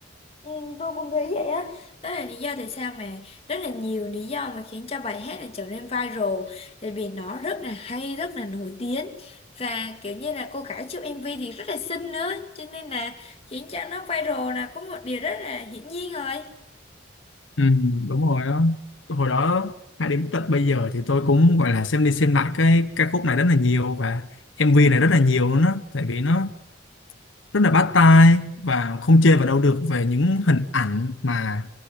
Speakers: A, on the left (about 30°); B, on the left (about 80°).
A: Ừ, tôi cũng thấy vậy á đó là lý do tại sao mà rất là nhiều lý do mà khiến cho bài hát này trở nên viral tại vì nó rất là hay rất là nổi tiếng và kiểu như là cô gái trong MV thì rất là xinh nữa cho nên là khiến cho nó viral là có một điều rất là hiển nhiên rồi
B: Ừ, đúng rồi á. hồi đó hay đến tận bây giờ thì tôi cũng gọi là xem đi xem lại cái ca khúc này rất là nhiều và MV này rất là nhiều luôn á tại vì nó rất là bắt tai và không chê vào đâu được về những hình ảnh mà